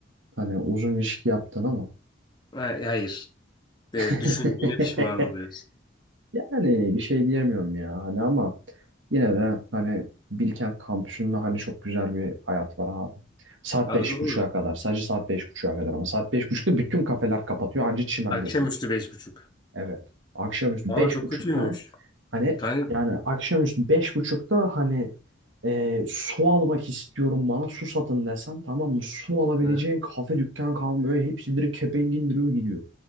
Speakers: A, on the right (about 85°); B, on the left (about 25°).
A: Hani uzun ilişki yaptın ama.
B: Ha- Hayır. E,
A: <laughs>
B: düşündüğüne pişman oluyorsun.
A: Yani bir şey diyemiyorum ya hani ama yine de hani Bilkent kampüsünde hani çok güzel bir hayat var abi. Saat
B: Abi
A: beş
B: doğru.
A: buçuğa kadar. Sadece saat beş buçuğa kadar ama saat beş buçukta bütün kafeler kapatıyor. Anca çimende
B: Akşamüstü
A: oturursun.
B: beş buçuk.
A: Evet. Akşamüstü
B: Aa
A: beş
B: çok
A: buçukta
B: kötüymüş.
A: hani
B: Kanka.
A: yani akşamüstü beş buçukta hani e, su almak istiyorum bana su satın desen tamam mı? Su alabileceğin
B: Ha?
A: kafe dükkan kalmıyor. Hepsi direkt kepenk indiriyor gidiyor.